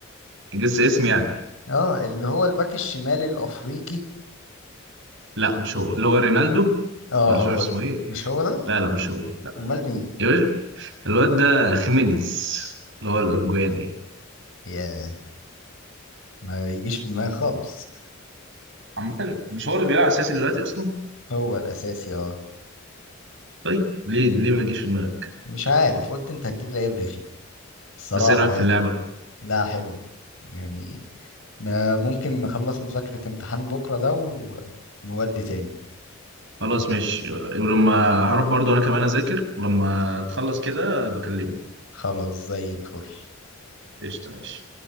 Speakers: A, on the right; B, on the left.
A: جس اسم يعني
B: اه اللي هو الباك الشمال الافريقي
A: لا مش هو اللي هو رينالدو
B: اه
A: ولا مش
B: هو
A: عارف اسمه
B: ده
A: ايه
B: مش هو ده
A: لا لا مش هو لا
B: امال مين
A: يا باشا الواد ده خيمينيز اللي هو الاورجواني ايه
B: يا ما يجيش في دماغي خالص
A: عامة مش هو اللي بيلعب اساسي دلوقتي اصلا
B: هو الاساسي اه
A: طيب ليه ليه ما يجيش في دماغك
B: مش عارف قلت انت هتجيب لعيب رخم الصراحه
A: بس ايه رايك
B: يعني
A: في اللعبة
B: لا حلوه يعني آه، ممكن نخلص مذاكرة امتحان بكرة ده ونودي تاني
A: خلاص ماشي ولما هروح برضو انا كمان اذاكر ولما تخلص كده بكلمك
B: خلاص زي الفل
A: قشطة ماشي